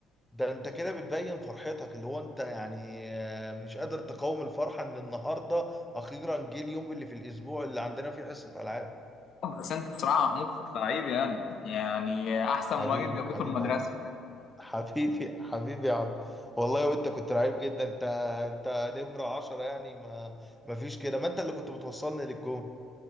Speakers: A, in the centre; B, on the left (about 55°).
A: ده انت كده بتبين فرحتك اللي هو انت يعني آه، مش قادر تقاوم الفرحه ان النهارده اخيرا جه اليوم اللي في الاسبوع اللي عندنا فيه حصه العاب
B: بس انت بصراحة محمود كنت لعيب يعني يعني احسن
A: حبيبي
B: مهاجم جابته
A: حبيبي
B: المدرسة
A: حبيبي حبيبي يا عبد والله وانت كنت رعيب جدا انت انت نمرة عشرة يعني ما ما فيش كده ما انت اللي كنت بتوصلني للجون